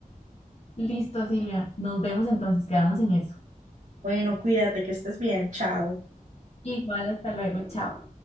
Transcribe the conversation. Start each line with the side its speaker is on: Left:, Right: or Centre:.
Left: Listo, Silvia, nos vemos entonces, quedamos en eso.
Right: Bueno, cuídate, que estés bien. Chao.
Left: Igual, hasta luego, chao.